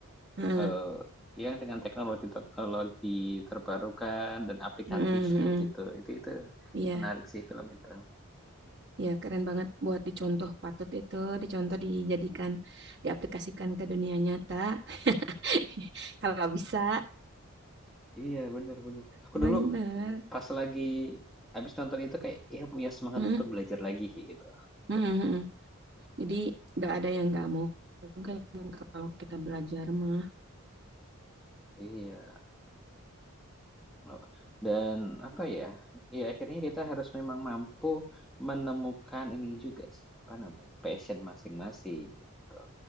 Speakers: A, on the right; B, in the centre.
A: Heeh,
B: eh, yang dengan teknologi-teknologi terbarukan dan aplikatif
A: heeh, heeh,
B: kayak gitu. Itu itu
A: Iya.
B: menarik sih film itu.
A: Ya, keren banget buat dicontoh patut itu, dicontoh dijadikan, diaplikasikan ke dunia nyata. <laughs> Kalau bisa,
B: Iya, benar-benar. Aku
A: bener.
B: dulu pas lagi habis nonton itu kayak ya punya semangat
A: Mm,
B: untuk belajar lagi kayak gitu.
A: mm, mm, mm. Jadi nggak ada yang nggak mau mungkin kalau kita belajar mah.
B: Iya. Oh, Dan apa ya? Ya akhirnya kita harus memang mampu menemukan ini juga sih, apa namanya? Passion masing-masing kayak gitu.